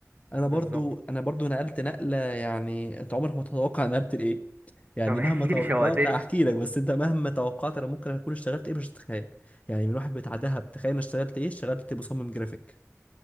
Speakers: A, on the left; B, on the right.
A: انا
B: بالظبط
A: برضو انا برضو نقلت نقلة يعني انت عمرك ما تتوقع انا نقلت لايه يعني
B: طب احكي
A: مهما توقعت
B: لي شوقتني
A: هحكي لك بس انت مهما توقعت انا ممكن اكون اشتغلت ايه مش هتتخيل يعني من واحد بتاع دهب تخيل انا اشتغلت ايه اشتغلت مصمم جرافيك